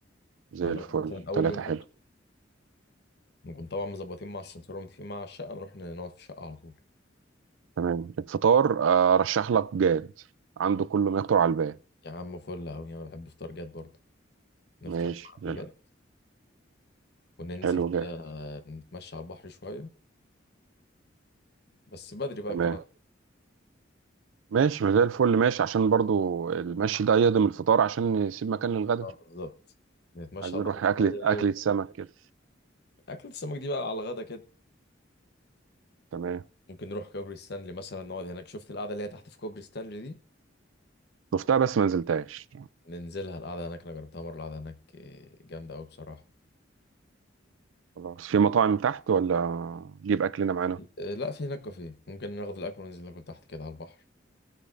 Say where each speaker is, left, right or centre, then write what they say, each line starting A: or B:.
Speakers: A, on the right; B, on the left.
A: زي
B: هنروح
A: الفل
B: مثلا اول
A: ثلاثة
B: يوم ده
A: حلو
B: نكون طبعا مظبطين مع السمسار ومتفقين مع الشقة نروح نقعد في الشقة على طول
A: تمام الفطار آه، أرشح لك جاد عنده كل ما يخطر على البال
B: يا عم فل قوي انا بحب افطار جاد برضو نفطر
A: ماشي
B: مع
A: زي
B: حد
A: الفل
B: جد وننزل
A: حلو
B: كده
A: جاد
B: نتمشى على البحر شوية بس بدري بقى
A: تمام
B: الكلام ده.
A: ماشي ما زي الفل ماشي عشان برضو المشي ده يهضم الفطار عشان يسيب مكان للغدا
B: آه، بالظبط نتمشى
A: عايزين
B: على
A: نروح
B: البحر
A: أكلة
B: شوية
A: أكلة
B: و-
A: سمك كده
B: أكلة السمك دي بقى على الغدا كده
A: تمام
B: ممكن نروح كوبري ستانلي مثلا نقعد هناك شفت القعدة اللي هي تحت في كوبري ستانلي دي
A: شفتها بس ما نزلتهاش
B: ننزلها القعدة هناك أنا جربتها مرة القعدة هناك إيه، جامدة أوي بصراحة
A: خلاص في مطاعم تحت ولا نجيب اكلنا معانا
B: آه، لا في هناك كافيه ممكن ناخد الاكل وننزل ناكل تحت كده على البحر